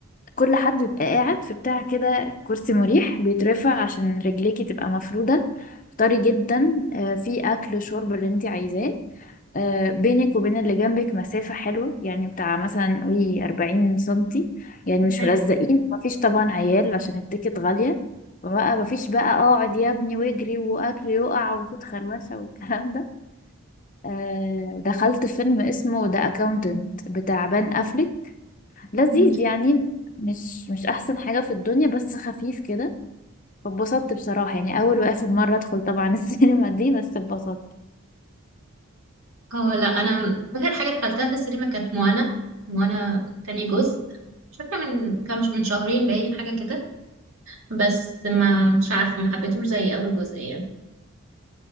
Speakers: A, on the left (about 35°); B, on the right (about 70°).
A: كل حد بيبقى قاعد في بتاع كده كرسي مريح بيترفع عشان رجليكي تبقى مفرودة طري جدا آه في اكل شرب اللي انت عايزاه آه بينك وبين اللي جنبك مسافة حلوة يعني بتاع مثلا قولي 40 سنتي يعني مش
B: حلو
A: ملزقين مفيش طبعا عيال عشان التيكت غالية فبقى مفيش بقى اقعد يا ابني واجري واكل يقع وفوت خربشة والكلام آه، دخلت فيلم اسمه ذا اكاونتنت بتاع بان افليك لذيذ
B: مم.
A: يعني مش مش احسن حاجة في الدنيا بس خفيف كده اتبسطت بصراحة يعني اول واخر مرة ادخل طبعا <laughs> السينما دي بس اتبسطت
B: <laughs> اه لا أنا آخر حاجة دخلتها في السينما كانت موانا موانا تاني جزء مش فاكرة من كام من شهرين باين حاجة كده بس ما مش عارفة ما حبيتهوش زي أول جزء يعني